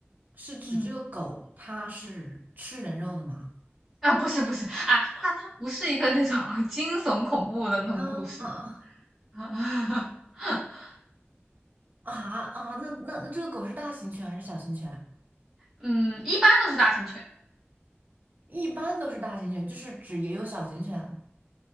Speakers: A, on the right; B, in the centre.
A: 是指这个狗它是吃人肉的吗？
B: 嗯。啊，不是不是啊，它它不是一个那种 <laughs> 惊悚恐怖的那种故事，
A: 啊啊
B: <laughs>
A: 啊啊啊！那那那这个狗是大型犬还是小型犬？
B: 嗯，一般都是大型犬。
A: 一般都是大型犬，就是指也有小型犬